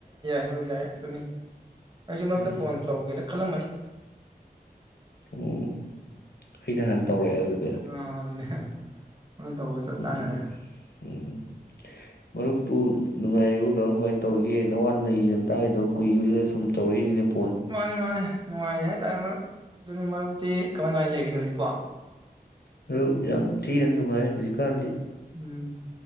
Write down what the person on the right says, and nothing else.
<unintelligible> ꯌꯥꯏ ꯑꯗꯨꯅꯤ ꯑꯩꯁꯨ ꯃꯔꯨꯞꯇ
ꯐꯣꯟ ꯇꯧꯒꯦꯗ ꯈꯜꯂꯝꯕꯅꯤ
ꯑꯥ ꯑꯗꯨꯅꯦ <unintelligible> ꯇꯧꯕ ꯆꯞ
ꯆꯥꯅꯔꯦ
ꯃꯥꯅꯤ ꯃꯥꯅꯦ ꯅꯨꯡꯉꯥꯏꯔꯤ ꯍꯥꯏꯇꯥꯔꯦ ꯃꯔꯨꯞ ꯑꯗꯨꯅꯤ ꯃꯔꯨꯞꯛꯇꯤ ꯀꯃꯥꯏ ꯀꯃꯥꯏꯅ ꯂꯩꯔꯤꯒꯦ ꯍꯧꯖꯤꯛꯄꯣ
ꯎꯝ